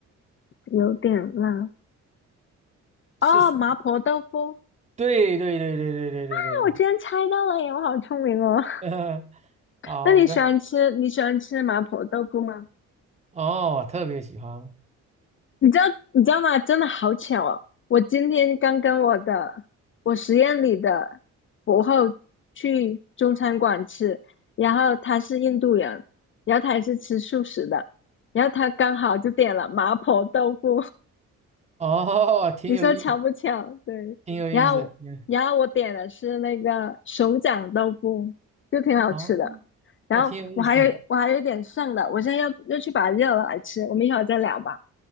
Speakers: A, on the left; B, on the right.
A: 有点辣。
B: 是
A: 哦，麻婆豆腐。
B: 对对对对对对对对对，
A: 那我居然猜到了耶！我好聪明哦。
B: <laughs>
A: <laughs>
B: 好的，
A: 那你喜欢吃你喜欢吃麻婆豆腐吗？
B: 哦，特别喜欢，
A: 你知道你知道吗？真的好巧哦！我今天刚跟我的我实验里的博后去中餐馆吃，然后他是印度人，然后他也是吃素食的，然后他刚好就点了麻婆豆腐。
B: 哦，挺有意，
A: 你说巧不巧？对，
B: 挺有意思的，
A: 然后然后我点的是那个熊掌豆腐，
B: 挺有
A: 就挺好吃的。
B: 哦，
A: 然后我还有我还有一点剩的，
B: 那挺有意思的，
A: 我现在要要去把它热了来吃。我们一会儿再聊吧。